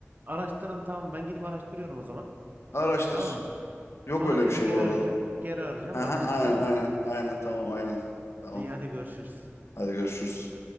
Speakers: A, on the right (about 40°); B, on the left (about 65°).
A: Araştırın tamam ben gidip araştırıyorum o zaman.
B: Araştır.
A: Tamam mı?
B: Yok
A: Sonra
B: öyle
A: seni
B: bir şey
A: geri
B: bu
A: arayacağım.
B: arada.
A: Geri arayacağım
B: Aha,
A: bakacağız
B: aynen
A: tamam
B: aynen
A: mı?
B: aynen tamam aynen. Tamam.
A: İyi hadi görüşürüz.
B: Hadi görüşürüz.